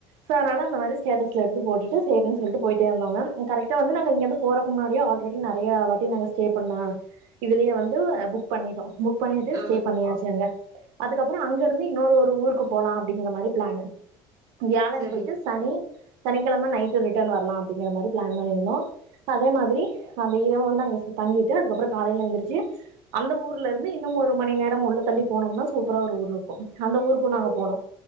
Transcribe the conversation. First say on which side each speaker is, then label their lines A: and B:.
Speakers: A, on the right; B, on the right.
A: சோ அந்த மாரி ஸ்டேட்டஸ் எடுத்து போட்டுட்டு சேரின்னு சொல்லிட்டு போயிட்டே இருந்தோங்க கரெக்டா வந்து நா இங்கந்து போறக்கு முன்னாடிய ஆல்ரெடி நிறைய வாட்டி நா ஸ்டே பண்ண இதுலே வந்து புக் பண்ணிட்டோம் பண்ணிட்டு
B: ஆ
A: ஸ்டே பண்ணியாச்சு அங்க அதுக்கப்பறம் அப்பறம் அங்க இருந்து இன்னொரு ஒரு ஊருக்கு போலாம் அப்படிங்கிற மாரி பிளான்னு வியாழன்
B: சரிங்க
A: போயிட்டு சனி சனிக்கிழமை நைட் ரிட்டர்ன் வரலாம் அப்படிங்கிற மாதிரி பிளான் பண்ணியிருந்தோம் அதே மாதிரி அந்த இரவு வந்து அங்க தங்கிட்டு அதுக்கப்பறம் காலையில எழுந்திரச்சு அந்த ஊர்ல இருந்து இன்னும் ஒரு மணி நேரம் உள்ள தள்ளி போனோம்னா சூப்பரா ஒரு ஊர் இருக்கும் அந்த ஊருக்கும் நாங்க
B: ம்
A: போனோம்